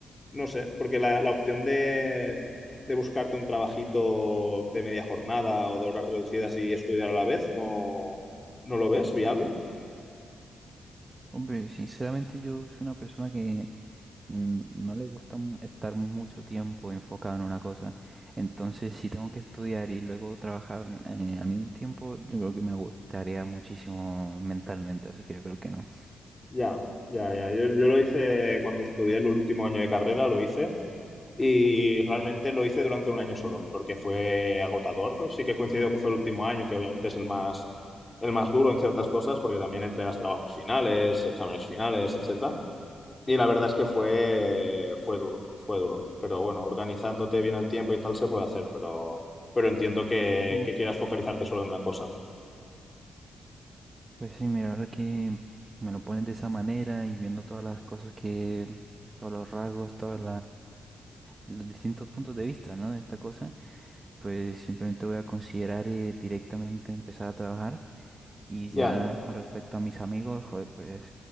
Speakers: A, on the left; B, on the right.
A: no sé, porque la, la opción de, de buscarte un trabajito de media jornada o de horas reducidas y estudiar a la vez, ¿no, no lo ves viable?
B: Hombre, sinceramente yo soy una persona que mm, no le gusta mu- estar mucho tiempo enfocado en una cosa. Entonces, si tengo que estudiar y luego trabajar eh, al mismo tiempo, yo creo que me gustaría muchísimo mentalmente, así que yo creo que no.
A: Ya, ya, ya. Yo, yo lo hice cuando estudié el último año de carrera, lo hice y realmente lo hice durante un año solo, porque fue agotador. Sí que coincido que fue el último año, que obviamente es el más, el más duro en ciertas cosas, porque también entregas trabajos finales, exámenes finales, etcétera. Y la verdad es que fue, fue duro, fue duro. Pero bueno, organizándote bien el tiempo y tal se puede hacer, pero, pero entiendo que,
B: Ujú.
A: que quieras focalizarte solo en una cosa.
B: Pues sí, mira, ahora que me lo pones de esa manera y viendo todas las cosas que, pues, todos los rasgos, todos los distintos puntos de vista, ¿no? De esta cosa, pues simplemente voy a considerar eh, directamente empezar a trabajar. Y
A: Ya.
B: ya con respecto a mis amigos, joder, pues